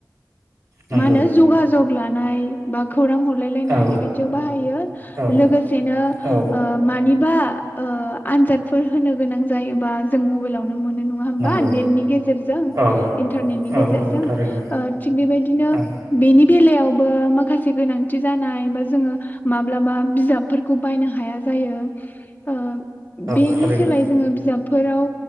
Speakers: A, on the right; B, on the left.
A: नंगौ
B: मा होनो जगा जग लानाय बा। खौरां हरलायनाय
A: औ
B: बेबायदियाव बाहायो
A: औ
B: लोगोसेनो
A: औ
B: मानि <inaudible> आनजादफोर होनो गोनां जायोबा जों मबाइलावनो मोनो नङा होनबा
A: नंगौ
B: नेटनि गेजेरजों
A: औ
B: इन्टारनेटनि
A: औ
B: गेजेरजों
A: औ थारैनो
B: थिक बेबायदिनो।
A: औ
B: बेलायावबो माखासे गोनांथि जानाय बा जोङो माब्लाबा बिजाबफोरखौ बायनो हाया जायो ओं।
A: औ
B: बेनि
A: थारैनो
B: सोलाय जोङो बिजाब फोराव